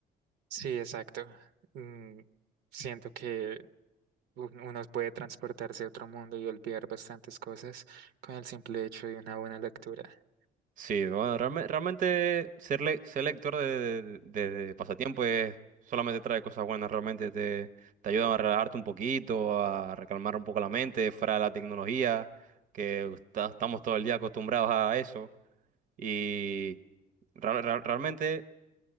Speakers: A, on the right; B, on the right.
A: Sí, exacto. Mm, siento que un- uno puede transportarse a otro mundo y olvidar bastantes cosas con el simple hecho de una buena lectura.
B: sí, bueno, realme- realmente ser, le- ser lector de, de- de- de pasatiempo es, solamente trae cosas buenas, realmente te, te ayuda a relajarte un poquito, a recalmar un poco la mente fuera de la tecnología, que está- estamos todo el día acostumbrados a eso. Y real- real- realmente...